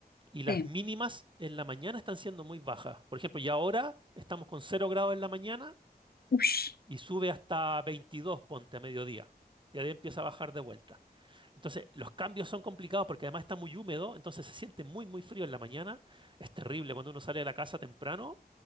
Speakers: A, on the right; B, on the left.
A: y las
B: sí.
A: mínimas en la mañana están siendo muy bajas. Por ejemplo, ya ahora estamos con cero grados en la mañana
B: Uy, sí,
A: y sube hasta 22, ponte a mediodía. Y ahí empieza a bajar de vuelta. Entonces, los cambios son complicados porque además está muy húmedo, entonces se siente muy, muy frío en la mañana. Es terrible cuando uno sale de la casa temprano.